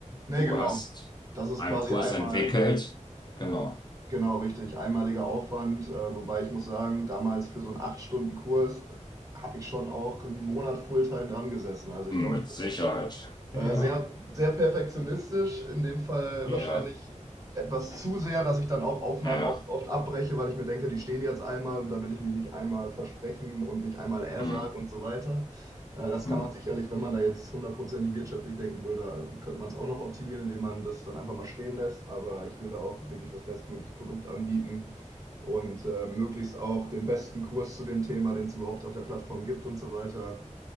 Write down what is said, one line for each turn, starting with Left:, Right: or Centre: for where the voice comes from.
Right: Nee,
Left: du
Right: genau.
Left: hast
Right: Das ist
Left: einen
Right: quasi
Left: Kurs
Right: einmal,
Left: entwickelt. Genau.
Right: genau, richtig, einmaliger Aufwand. Äh, wobei ich muss sagen, damals für so einen 8-Stunden-Kurs habe ich schon auch einen Monat Fulltime dran gesessen. Also ich
Left: Hm,
Right: glaube,
Left: Mit
Right: ich bin
Left: Sicherheit.
Right: Äh,
Left: Ja,
Right: sehr, sehr perfektionistisch, in dem Fall
Left: ja,
Right: wahrscheinlich etwas zu sehr, dass ich dann auch Aufnahmen
Left: ja.
Right: oft, oft abbreche, weil ich mir denke, die stehen jetzt einmal und da will ich mich nicht einmal versprechen und nicht einmal er
Left: Hm,
Right: sagen und so weiter. Äh, das
Left: hm,
Right: kann man sicherlich, wenn man da jetzt hundertprozentig wirtschaftlich denken würde, könnte man es auch noch optimieren, indem man das dann einfach mal stehen lässt. Aber ich will da auch wirklich das bestmögliche Produkt anbieten und äh, möglichst auch den besten Kurs zu dem Thema, den es überhaupt auf der Plattform gibt und so weiter.